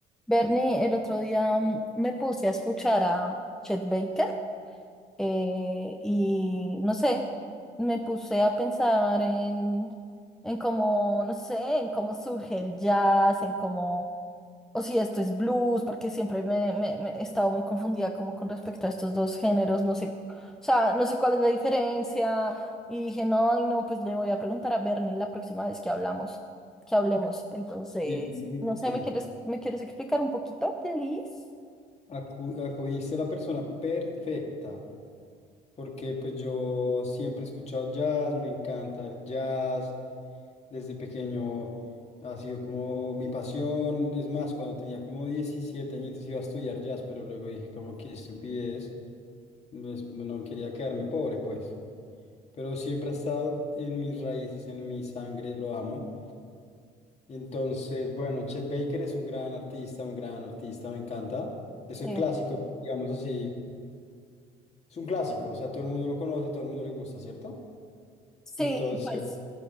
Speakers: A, in the centre; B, on the left.
A: Bernie, el otro día mm, me puse a escuchar a Chet Baker eh, y no sé, me puse a pensar en, en cómo, no sé, en cómo surge el jazz, en cómo o si esto es blues, porque siempre me, me- me he estado muy confundida como con respecto a estos dos géneros, no sé, cu- o sea, no sé cuál es la diferencia, y dije, no, y no, pues le voy a preguntar a Bernie la próxima vez que hablamos, que hablemos, entonces,
B: Bien, muy
A: no sé,
B: bien.
A: ¿me quieres, me quieres explicar un poquito, please?
B: Acu- acudiste a la persona perfecta, porque pues yo siempre he escuchado jazz, me encanta el jazz, desde pequeño ha sido como mi pasión, es más, cuando tenía como 17 añitos iba a estudiar jazz, pero luego dije como qué estupidez, pues, no quería quedarme pobre pues, pero siempre ha estado en mis raíces, en mi sangre, lo amo. Y entonces, bueno, Chet Baker es un gran artista, un gran artista, me encanta. Es el
A: Sí,
B: clásico, digamos así, es un clásico, o sea, todo el mundo lo conoce, todo el mundo le gusta, ¿cierto?
A: sí,
B: Entonces,
A: pues,